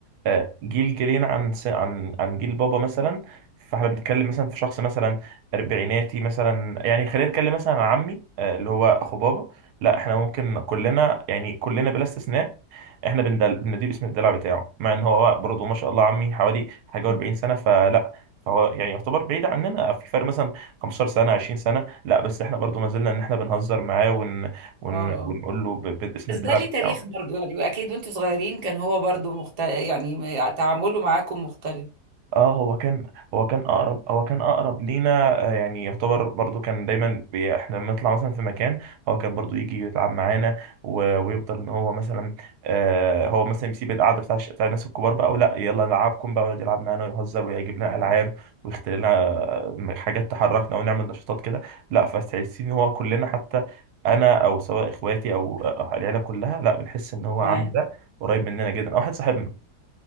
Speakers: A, on the right; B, on the right.
A: آه، جيل جيلين عن س- عن عن جيل بابا مثلا فاحنا بنتكلم مثلا في شخص مثلا اربعيناتي مثلا يعني خلينا نتكلم مثلا عن عمي آه، اللي هو اخو بابا لا احنا ممكن كلنا يعني كلنا بلا استثناء احنا بندل... بنديه باسم الدلع بتاعه مع ان هو برضه ما شاء الله عمي حوالي حاجه
B: مم.
A: و40 سنه فلا فهو يعني يعتبر بعيد عننا في فرق مثلا 15 سنه 20 سنه لا بس احنا برضه ما زلنا ان احنا بنهزر معاه ون... ون...
B: اه اه
A: ونقول له ب... باسم
B: بس
A: الدلع
B: ده ليه
A: بتاعه
B: تاريخ برضو يعني واكيد وانتوا صغيرين كان هو برضو مخت... يعني م- تعامله معاكم مختلف
A: اه هو كان هو كان اقرب هو كان اقرب لينا آه، يعني يعتبر برضو كان دايما بي احنا لما نطلع مثلا في مكان هو كان برضو يجي يتعب معانا و- ويفضل ان هو مثلا آه هو مثلا يسيب القعده بتاع الش- بتاع الناس الكبار بقى ولا يلا نلعبكم بقى ويقعد يلعب معانا ويهزر ويجيب لنا
B: مم.
A: العاب ويختار لنا آه، حاجات تحركنا ونعمل نشاطات كده لا فاستحسين ان هو كلنا حتى انا او سواء اخواتي او آه، العيله كلها لا بنحس ان هو
B: معاك
A: عمي ده قريب مننا جدا او واحد صاحبنا